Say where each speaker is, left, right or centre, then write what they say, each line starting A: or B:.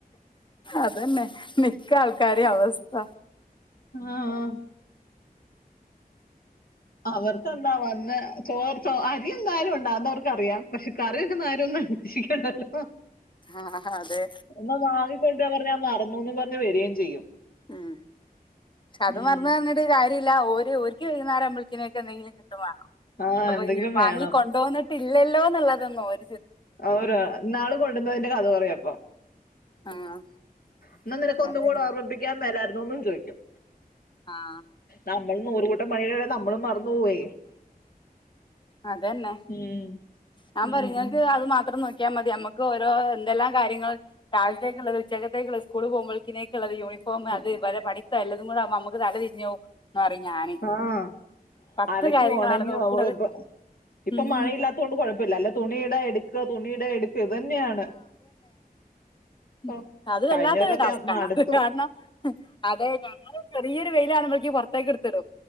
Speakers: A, on the left (about 30°); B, on the left (about 70°).
A: അതന്നെ മിക്ക ആൾക്കാരുടെ അവസ്ഥ.
B: ആഹ്.. അവർക്കെന്താ വന്ന് ചോർ ചോ അരി എന്തായാലും ഉണ്ടാന്ത അവർക്ക് അറിയാം പക്ഷെ കറി വെക്കെ ആരും ഒന്നും അന്വേഷിക്കേണ്ടല്ലോ-
A: ആഹ് അതെ
B: എന്നാ വാങ്ങിക്കൊണ്ട് പറഞ്ഞാ മറന്നൂന്ന് പറഞ്ഞ് വരയും ചെയ്യും.
A: ഉം. അത്
B: ഉം.
A: മറന്നുറഞ്ഞിട്ടാകാര്യല്ല ഒരു ഒരിക്ക് കഴുന്നേര ആരംമ്പളിക്കിനൊക്കെ എന്തെങ്കിലും കിട്ടും വേ-
B: ആ
A: അപ്പൊ
B: എന്തെങ്കിലും
A: ഞാൻ വാങ്ങി
B: വേണം
A: കൊണ്ട വന്നിട്ടില്ലല്ലോന്നുള്ളതൊന്നും ഓൽ
B: ഔര ഇനാളി കൊണ്ടുവന്നോതിന്റെ കഥ പറയപ്പൊ.
A: ആഹ്
B: എന്നാ നിനക്ക് ഒന്നും
A: അതന്നെ
B: കൂടെ ഓർമ്മിപ്പിക്കാൻ മേലായിരുന്നൊന്നും ചോയിക്കും.
A: ആഹ്
B: നമ്മള് നൂറൂകൂട്ടം പണിടെ നമ്മളും മറന്നു പോവേ
A: അതന്നെ.
B: ഉം.
A: ഞാൻ
B: ഉം.
A: പറഞ്ഞൾക്ക് അത് മാത്രം നോക്കിയാ മതി നമ്മക്ക് ഓരോ എന്തെല്ലാം കാര്യങ്ങള് തഴ്ത്തേ അത് <unintelligible> ചച്ചകതക സ്കൂൾ പോൾക്പിനേക്ക്ള്ള്ത് യൂണിഫോം
B: ഉം.
A: അത് വരെ പണി ല്ലതുംകുടെ നമക്ക് തല തിരിഞ്ഞോം. എന്നറയും ഞാന്
B: ആഹ്
A: പത്ത്
B: അലക്കി
A: കാര്യങ്ങളാണ്
B: ഒണങ്ങിവരുമ്പഴ്തെ
A: നോക്കുന്നത്
B: ഇപ്പൊ
A: ഉം.
B: മഴയില്ലാ ത്തോണ്ട് കുഴപ്പില്ല അല്ലെ തുണിയിട എടുക്ക തുണിയിട എടുക്ക ഇത് തന്നെയാണ്.
A: ഉം
B: ഇപ്പൊ
A: അത് വല്ലാത്തൊരു
B: കഴിഞ്ഞ കൊല്ലൊക്കെ
A: ടാസ്ക്
B: മടുത്തു
A: ആണ് കാരണം അതെ ഞങ്ങള് ചെറിയൊരു വെയില കാണ്പോളക്ക് പുറത്തേക്ക് എടുത്തിടും.